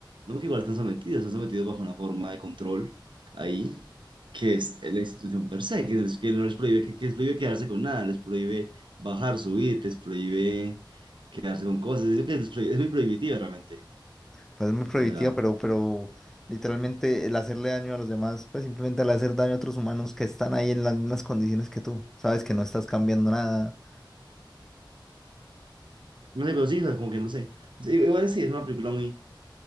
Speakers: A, on the right; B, in the centre.
A: No, que igual están sometidos, están sometidos bajo una forma de control ahí, que es la institución per se, que, no les- que no les prohíbe, que, que les prohíbe quedarse con nada, les prohíbe bajar, subir, les prohíbe quedarse con cosas. Es, lo que les prohí- es muy prohibitiva realmente.
B: Pues es muy prohibitiva,
A: O sea,
B: pero, pero literalmente el hacerle daño a los demás, pues simplemente al hacer daño a otros humanos que están ahí en las mismas condiciones que tú, sabes que no estás cambiando nada.
A: no sé, pero sí, o sea, como que no sé. Sí, igual sí, es una película muy